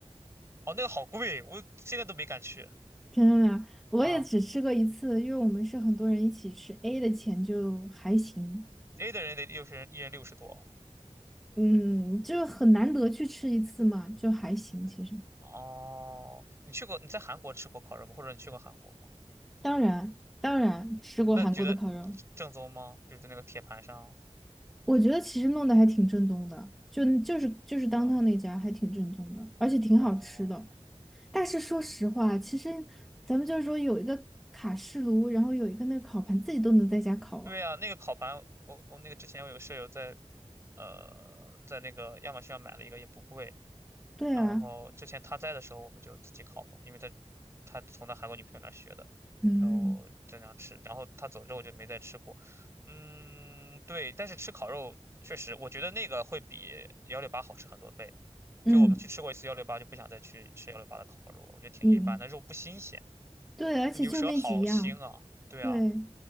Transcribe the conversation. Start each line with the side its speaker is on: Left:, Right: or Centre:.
Right: 哦，那个好贵，我现在都没敢去
Centre: 真的吗？我也只吃过一次，
Right: 啊。
Centre: 因为我们是很多人一起吃，A 的钱就还行，
Right: A 的人得六十人，一人六十多。
Centre: 嗯，就很难得去吃一次嘛，就还行。其实，
Right: 哦，你去过？你在韩国吃过烤肉吗？或者你去过韩国吗？
Centre: 当然，当然吃过韩国的烤肉。
Right: 那你觉得正宗吗？就是在那个铁盘上
Centre: 我觉得其实弄得还挺正宗的，就就是就是当趟那家还挺正宗的，
Right: 啊？
Centre: 而且挺好吃的。
Right: 哦，
Centre: 但是说实话，其实咱们就是说有一个卡式炉，然后有一个那个烤盘，自己都能在家烤啊。
Right: 对呀、那个烤盘，我我那个之前我有个舍友在呃在那个亚马逊上买了一个，也不贵。
Centre: 对啊，
Right: 然后之前他在的时候，我们就自己烤嘛，因为他他从他韩国女朋友那儿学的，
Centre: 嗯
Right: 然后经常吃。然后他走之后就没再吃过。嗯，对，但是吃烤肉确实，我觉得那个会比幺六八好吃很多倍。
Centre: 嗯
Right: 就我们去吃过一次幺六八，就不想再去吃幺六八的烤肉了，我觉得挺一般的，
Centre: 嗯，
Right: 肉不新鲜，
Centre: 对，而且就那几样，
Right: 牛舌好腥啊。对啊，
Centre: 对。